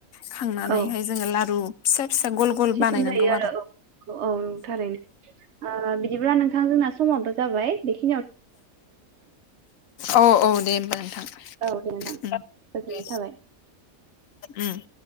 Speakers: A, on the left; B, on the right.
A: खांनानैहाय
B: औ
A: जोङो लारु फिसा फिसा गल गल
B: सिथुम
A: बानायनांगौ
B: जायो आरो औ औ औ नंथारैनो ओ बिदिब्ला नोंथां जोंना समाबो जाबाय बेखि
A: औ औ दे होमबा नोंथां
B: औ दे नोंथां
A: उम
B: गोजोननाय
A: दे
B: थाबाय
A: उम।